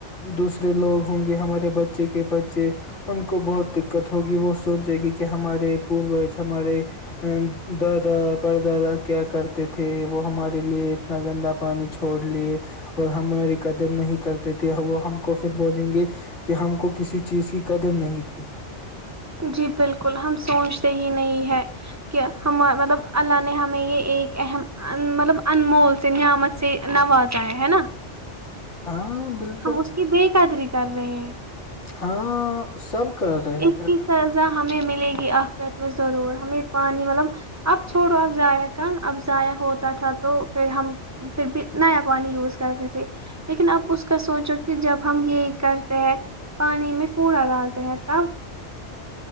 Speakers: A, on the left; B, on the right.
A: دوسرے لوگ ہوں گے ہمارے بچے کے بچے ان کو بہت دقت ہوگی وہ سوچے گی کہ ہمارے پوج ہمارے دادا پر دادا کیا کر تھے وہ ہمارے لیے انا گندا پانی چھوڑ لیے اور ہماری قدر نہیں کرتے تھے وہ ہم کو پھر بولیں گے کہ ہم کو کسی چیز کی قدم نہیں تھی
B: جی بالکل ہم سوچتے ہی نہیں ہے کہ ہمار مطلب اللہ نے ہمیں یہ ایک اہم مطلب انمول سے نعمت سے نوازایا ہے نا
A: ہاں بالکل
B: ہم اس کی بے قدری کر رہے ہیں
A: ہاں سب کر رہے
B: اس
A: ہیں
B: کی سزا ہمیں ملے گی آخ رات میں ضرور ہمیں پانی مطلب اب چھوڑو اب ضائع کا اب ضائع ہوتا تھا تو پھر ہم پھر بھی ن پانی یوز کرتی تھی لیکن اب اس کا سوچو کہ جب ہم یہ کرتے ہیں پانی میں کوڑا ڈالتے ہیں تا <unintelligible>